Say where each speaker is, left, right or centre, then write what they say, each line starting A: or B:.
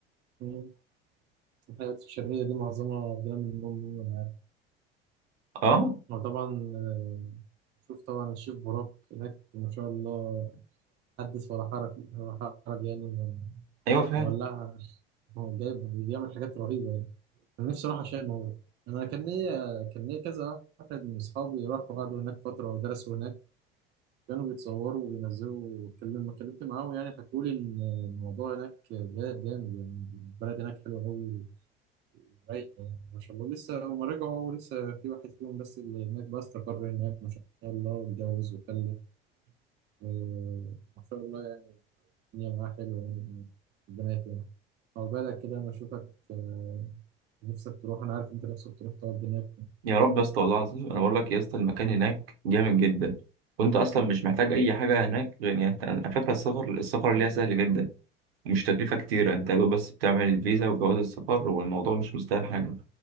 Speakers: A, on the right; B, on the right.
A: مم. الحاجات الشرقية دي معظمها واخدها من أم أنا عارف
B: اه
A: وطبعا آه، شوف طبعا الشيف براك هناك ما شاء الله حدث ولا حرج ولا حرج يعني إنه
B: أيوة فعلا
A: مولعها هو جايبها بيعمل حاجات رهيبة يعني أنا نفسي أروح عشان هو أنا كان ليا كان ليا كذا واحد من أصحابي راحوا قعدوا هناك فترة ودرسوا هناك كانوا بيتصوروا وبينزلوا لما اتكلمت معاهم يعني حكوا لي إن الموضوع هناك جا- جامد يعني البلد هناك حلوة أوي رايقة يعني ما شاء الله لسه هما رجعوا لسه في واحد فيهم بس اللي هناك بقى استقر هناك ما شاء الله اتجوز وخلف آه، ما شاء الله الدنيا معاه حلوة يعني هناك. ربنا يكرمك هو بالك كده لما أشوفك آه، نفسك تروح أنا عارف أنت نفسك تروح تقعد هناك
B: يا رب يا اسطى والله العظيم أنا بقول لك يا اسطى المكان هناك جامد جدا وأنت أصلا مش محتاج أي حاجة هناك غير يعني أنت على فكرة السفر السفر اللي هي سهل جدا مش تكلفة كتيرة أنت يا دوب بس بتعمل الفيزا وجواز السفر والموضوع مش مستاهل حاجة